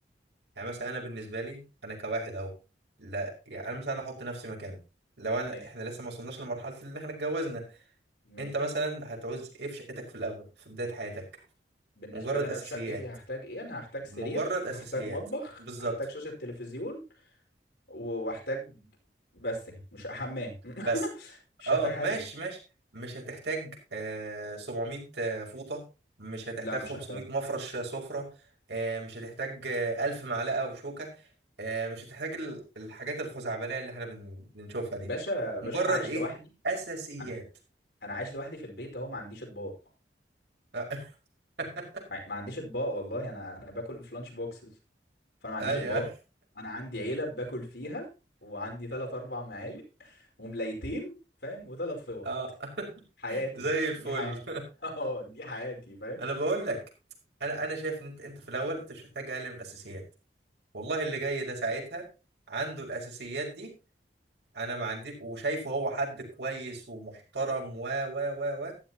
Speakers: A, on the right (about 80°); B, on the left (about 75°).
A: يعني مثلا انا بالنسبه لي انا كواحد اهو لا يعني انا مثلا احط نفسي مكانك لو انا
B: ماشي
A: احنا لسه ما وصلناش لمرحله اللي احنا اتجوزنا
B: ماشي
A: انت مثلا هتعوز ايه في شقتك في الاول في بدايه حياتك
B: بالنسبة
A: مجرد
B: لي أنا
A: اساسيات
B: في شقتي هحتاج إيه؟ أنا هحتاج
A: مجرد
B: سرير،
A: اساسيات
B: هحتاج مطبخ،
A: بالظبط
B: هحتاج شاشة تلفزيون، و- وهحتاج بس كده مش حمام <laughs>
A: بس
B: مش
A: اه
B: هحتاج حاجة
A: ماشي
B: تاني،
A: ماشي مش هتحتاج آه 700 آه، فوطة مش هتحتاج
B: لا
A: 500
B: مش هحتاج
A: مفرش آه، سفرة آه مش هتحتاج آه 1000 معلقة وشوكة آه مش هتحتاج ال- الحاجات الخزعبلية اللي احنا بن- بنشوفها دي
B: باشا
A: مجرد
B: باشا أنا عايش
A: ايه
B: لوحدي،
A: أساسيات
B: أنا أنا عايش لوحدي في البيت أهو ما عنديش أطباق،
A: آه. <laughs>
B: ما ما عنديش أطباق والله أنا أنا باكل في لانش بوكسز، فأنا ما عنديش
A: ايوه
B: أطباق، أنا عندي علب باكل فيها، وعندي تلات أربع معالق، وملايتين فاهم، وتلات فوط،
A: اه <laughs>
B: حياتي
A: زي الفل
B: دي حياتي <laughs> أه دي حياتي
A: <laughs>
B: فاهم؟
A: انا بقول لك انا انا شايف ان انت انت في الاول انت مش محتاج اقل من الاساسيات والله اللي جاي ده ساعتها عنده الاساسيات دي انا ما عندي وشايفه هو حد كويس ومحترم و و و و